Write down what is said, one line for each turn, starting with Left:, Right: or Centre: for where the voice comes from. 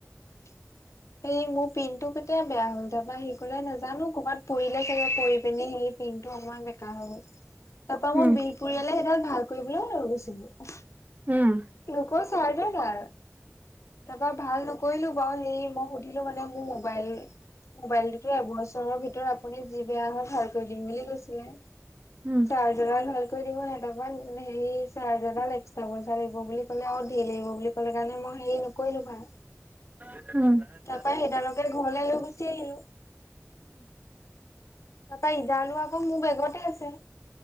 Left: সেই মোৰ পিনটো কেতিয়া বেয়া হ'ল। তাৰপা সি ক'লে নাজানো ক'ৰবাত পৰিলে চাগে পৰি পিনে সেই পিনটো অকমান বেক কা হৈ গ'ল তাৰ পৰা মই
Right: উম
Left: বিহপুৰিয়ালে সেইডাল ভাল কৰিবলৈ লৈ গৈছিলোঁ।
Right: উম।
Left: লোকে চাই দে নাই তাৰপা ভাল। কৰিলো বাৰু সেই মই সুধিলো মানে মোৰ মোবাইল মবাইলটোতো এবছৰৰ ভিতৰত আপুনি যি বেয়া হয় ভাল কৰি দিম বুলি কৈছিলে।
Right: উম।
Left: চাৰ্জাৰডাল ভালকৈ দিব নাই। তাৰপা হেৰি চাৰ্জাৰডাল পইচা লাগিব বুলি ক'লে আৰু ধেৰ লাগিব বুলি ক'লে কাৰণে মই হেৰি নকৰিলো ভাল
Right: উ
Left: তাৰ পৰা সেইদালকে ঘৰলে লৈ গুচি আহিলোঁ। তাৰপা ইদালো আকৌ মোৰ বেগতে আছে।